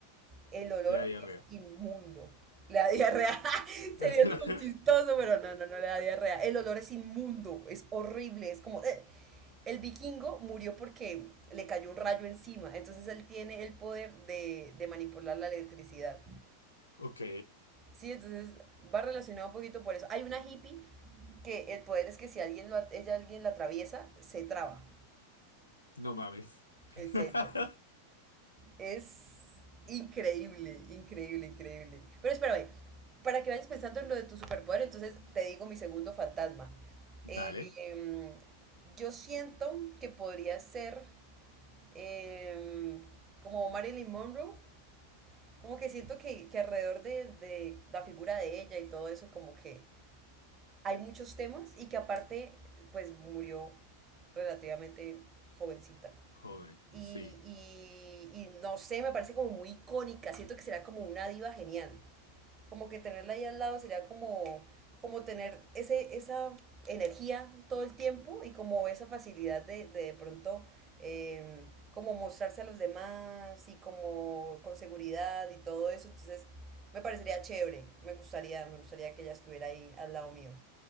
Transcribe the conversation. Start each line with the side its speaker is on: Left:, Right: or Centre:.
Right: el olor
Left: Le da diarrea.
Right: es inmundo. Le da diarrea. <laughs>
Left: <laughs>
Right: Sería súper chistoso, pero no, no, no le da diarrea. El olor es inmundo, es horrible, es como... "Ugh". El vikingo murió porque le cayó un rayo encima, entonces él tiene el poder de, de manipular la electricidad.
Left: Ok.
Right: Sí, entonces va relacionado un poquito por eso. Hay una hippie que el poder es que si alguien lo, at- ella alguien la atraviesa, se traba.
Left: No mames. <laughs>
Right: En serio. Es increíble, increíble, increíble. Pero espérame, para que vayas pensando en lo de tu superpoder, entonces te digo mi segundo fantasma.
Left: Dale.
Right: Eh, yo siento que podría ser eh, como Marilyn Monroe, como que siento que, que alrededor de, de la figura de ella y todo eso, como que hay muchos temas y que aparte, pues murió relativamente jovencita.
Left: Joven,
Right: Y,
Left: sí.
Right: y, y no sé, me parece como muy icónica. Siento que será como una diva genial. Como que tenerla ahí al lado sería como, como tener ese, esa energía todo el tiempo y como esa facilidad de de, de pronto eh, como mostrarse a los demás y como con seguridad y todo eso. Entonces me parecería chévere. Me gustaría, me gustaría que ella estuviera ahí al lado mío.